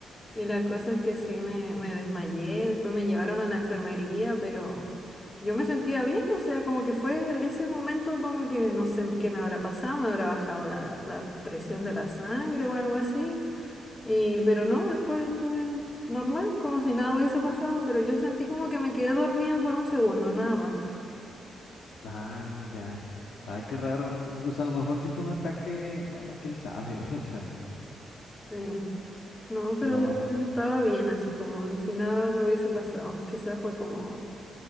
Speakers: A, on the left; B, on the left.
A: Y la cosa es que sí, me, me desmayé, después me llevaron a la enfermería, pero yo me sentía bien, o sea, como que fue ese momento como que no sé qué me habrá pasado, me habrá bajado la, la presión de la sangre o algo así. Y, pero no, después estuve normal, como si nada hubiese pasado, pero yo sentí como que me quedé dormida por un segundo, nada más.
B: Ah, ya. Ay, qué raro. Pues a lo mejor sí fue un ataque, bueno, quién sabe. <laughs> O sea,
A: Sí. No, pero
B: no,
A: después
B: pues.
A: estaba bien, así como si nada me hubiese pasado. Quizás fue como,